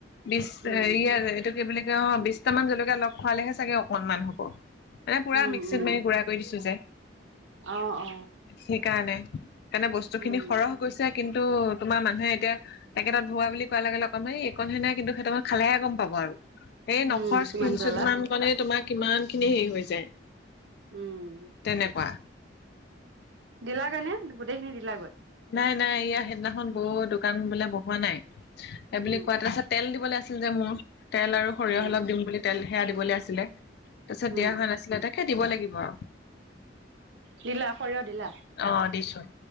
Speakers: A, on the left (about 60°); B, on the right (about 80°).
A: বিশ
B: উম
A: হেৰিয়ে এইটো কি বুলি কয় অঁ বিশটা মান জলকীয়া লগ খোৱালেহে চাগে অকনমান হ'ব। এ পুৰা
B: উম
A: মিক্সিত
B: উম
A: মাৰি গুড়া কৰি দিছোঁ যে।
B: অ অ
A: সেইকাৰণে, সেইকৰণে বস্তু খিনি
B: উম
A: সৰহ গৈছে। কিন্তু তোমাৰ মানুহে এতিয়া পেকেটত ভৰোৱা বুলি কোৱাৰ লগে অকণমান এইকণহে নাই কিন্তু সহঁতেক খালেহে গম পাব আৰু। এই নখৰ
B: উম কিমান
A: স্কিনশুট
B: জ্বলা
A: মান কনে তোমাৰ কিমান খিনি হেৰি হৈ যায়।
B: উম।
A: তেনেকুৱা।
B: দিলাগৈ নে গোটেইখিনি দিলাগৈ।
A: নাই নাই ইয়াৰ সেইদিনাখন বৌ দোকান বোলে বহোৱা নাই। এইবুলি
B: উম
A: কোৱা তাৰপাছত তেল দিবলৈ আছিল যে মোৰ। তেল আৰু সৰিয়হ
B: উম
A: অলক দিম বুলি তেল সেয়া দিবলৈ আছিলে, তাৰপিছত
B: উম
A: দিয়া হোৱা নাছিলে তাইক হে দিব লাগিব আও
B: দিলা সৰিয়হ দিলা
A: অঁ দিছোঁ।